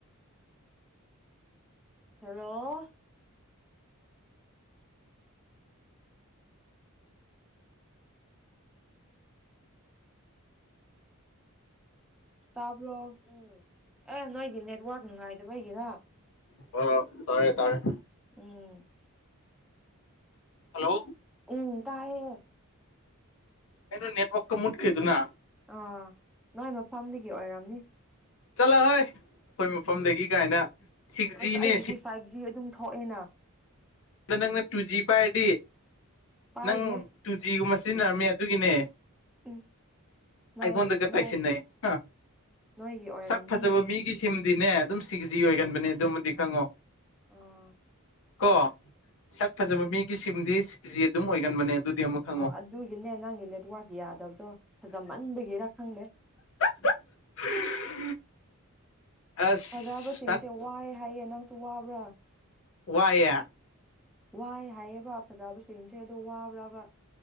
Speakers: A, in the centre; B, on the left (about 65°).
A: ꯍꯜꯂꯣ ꯇꯥꯕ꯭ꯔꯣ ꯎꯝ ꯑꯦ ꯅꯣꯏꯒꯤ ꯅꯦꯠꯋꯔꯛ ꯅꯨꯡꯉꯥꯏꯇꯥꯕꯒꯤꯔꯣ
B: ꯍ ꯇꯥꯔꯦ ꯇꯥꯔꯦ
A: ꯎꯝ
B: ꯍꯜꯂꯣ
A: ꯎꯝ ꯇꯥꯏꯌꯦ
B: ꯀꯩꯅꯣ ꯅꯦꯠꯋꯛ ꯀꯥ ꯃꯨꯠꯈꯔ꯭ꯤꯗꯨꯅ
A: ꯑꯥ ꯅꯣꯏ ꯃꯐꯝꯗꯒꯤ ꯑꯣꯏꯔꯝꯅꯤ
B: ꯆꯠꯂꯣꯍꯦ ꯑꯩꯈꯣꯏ ꯃꯐꯝꯗꯒꯤ ꯀꯥꯏꯅ ꯁꯤꯛꯁ ꯖꯤꯅꯦ
A: ꯑꯁ ꯑꯩꯒꯤꯗꯤ ꯐꯥꯏꯚ ꯖꯤ ꯑꯗꯨꯝ ꯊꯣꯛꯑꯦꯅ
B: ꯑꯗꯨ ꯅꯪꯅ ꯇꯨꯖꯤ ꯄꯥꯏꯔꯗꯤ
A: ꯄꯥꯏꯗꯦ
B: ꯅꯪ ꯇꯨꯖꯤ ꯒꯨꯝꯕ ꯁꯤꯖꯤꯟꯅꯔꯝꯃꯦ ꯑꯗꯨꯒꯤꯅꯦ
A: ꯎꯝ ꯅꯣꯏ
B: ꯑꯩꯉꯣꯟꯗꯒ ꯇꯥꯏꯁꯤꯟꯅꯩꯌꯦ
A: ꯅꯣꯏ ꯅꯣꯏꯒꯤ ꯑꯣꯏꯔꯝꯅꯤꯌꯦ
B: ꯁꯛ ꯐꯖꯕ ꯃꯤꯒꯤꯁꯤ ꯑꯗꯨꯗꯤꯅꯦ ꯑꯗꯨꯝ ꯁꯤꯛꯁ ꯖꯤ ꯑꯣꯏꯒꯟꯕꯅꯦ ꯑꯗꯨꯃꯗꯤ ꯈꯪꯉꯣ
A: ꯑꯣ
B: ꯀꯣ ꯁꯛ ꯐꯖꯕ ꯃꯤꯒꯤ ꯁꯤꯝꯗꯤ ꯁꯤꯛꯁꯖꯤ ꯑꯗꯨꯝ ꯑꯣꯏꯒꯟꯕꯅꯦ ꯑꯗꯨꯗꯤ ꯑꯃꯨꯛ ꯈꯪꯉꯣ
A: ꯑꯣ ꯑꯗꯨꯒꯤꯅꯦ ꯅꯪꯒꯤ ꯅꯦꯠꯋꯥꯔꯛ ꯌꯥꯗꯕꯗꯣ ꯐꯖꯃꯟꯕꯒꯤꯔ ꯈꯪꯗꯦ
B: <inaudible> ꯑꯁ
A: ꯐꯖꯕꯁꯤꯡꯁꯦ
B: ꯇꯛ
A: ꯋꯥꯏꯑ ꯍꯥꯏꯌꯦ ꯅꯪꯁꯨ ꯋꯥꯕ꯭ꯔꯥ
B: ꯋꯥꯌꯦ
A: ꯋꯥꯏ ꯍꯥꯏꯌꯦꯕ ꯐꯖꯕꯁꯤꯡꯁꯦ ꯑꯗꯣ ꯋꯥꯕ꯭ꯔꯥꯕ